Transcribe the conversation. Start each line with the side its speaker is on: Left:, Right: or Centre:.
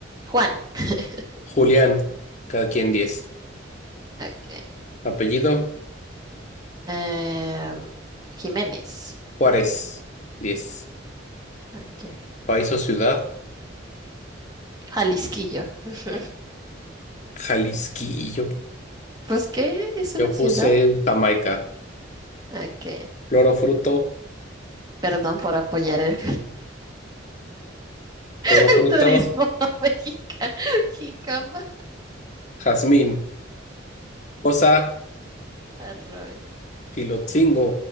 Right: Juan. <laughs>
Left: Julián. Cada quien diez.
Right: Ok.
Left: Apellido.
Right: Eh, Jiménez.
Left: Juárez. 10.
Right: Ok.
Left: País o ciudad.
Right: Jalisquillo. <laughs>
Left: Jalisquillo.
Right: Pues, ¿qué? Es
Left: Yo
Right: una ciudad.
Left: puse Jamaica.
Right: Ok.
Left: Flor o fruto.
Right: Perdón por apoyar el,
Left: Flor
Right: <laughs>
Left: o fruto.
Right: el turismo <laughs> mexicano. Jicama,
Left: Jazmín. Cosa.
Right: jarrón.
Left: Quilotzingo.